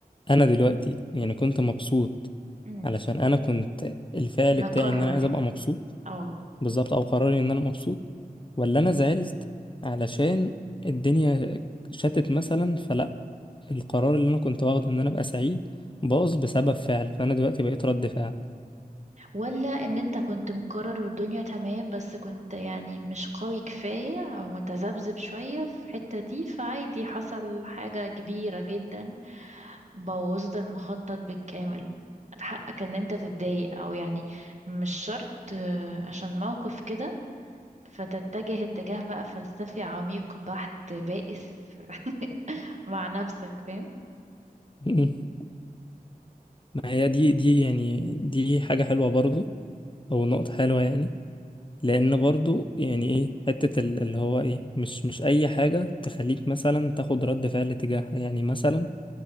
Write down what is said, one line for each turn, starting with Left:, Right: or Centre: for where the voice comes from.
Left: انا دلوقتي يعني كنت مبسوط
Right: امم
Left: علشان انا كنت الفعل
Right: مقرر
Left: بتاعي ان انا عايز ابقى مبسوط
Right: اه
Left: بالظبط او قراري ان انا مبسوط ولا انا زعلت علشان الدنيا شتت مثلا فلا القرار اللي انا كنت واخده ان انا ابقى سعيد باظ بسبب فعل فانا دلوقتي بقيت رد فعل
Right: ولا ان انت كنت مقرر والدنيا تمام بس كنت يعني مش قوي كفاية او متذبذب شوية في الحتة دي فعادي حصل حاجة كبيرة جدا بوظت المخطط بالكامل حقك ان انت تتضايق او يعني مش شرط آه، عشان موقف كده فتتجه اتجاه بقى فلسفي عميق بحت بائس <laughs> مع نفسك فاهم
Left: <laughs> ما هي دي دي يعني دي حاجة حلوة برضو او نقطة حلوة يعني لان برضو يعني ايه حتة ال- اللي هو ايه مش مش اي حاجة تخليك مثلا تاخد رد فعل تجاهها يعني مثلا